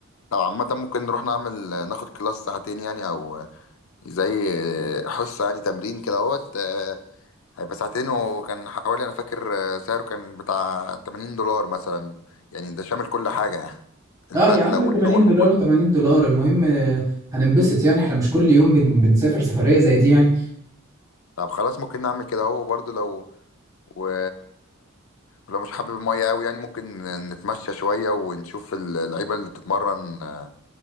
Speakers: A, on the left; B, on the right.
A: طب عامة ممكن نروح نعمل ناخد كلاس ساعتين يعني او زي حصة يعني تمرين كدهوت آه هيبقى ساعتين وكان حوالي انا فاكر آه، سعره كان بتاع 80 دولار مثلا يعني ده شامل كل حاجة يعني البدلة
B: اه يا عم
A: واللوح
B: 80 دولار
A: وكله
B: 80 دولار المهم آه، هننبسط يعني احنا مش كل يوم بن... بنسافر سفرية زي دي يعني
A: طب خلاص ممكن نعمل كده هو برضه لو و... ولو مش حابب المية قوي يعني ممكن نتمشى شوية ونشوف اللعيبة اللي بتتمرن آه،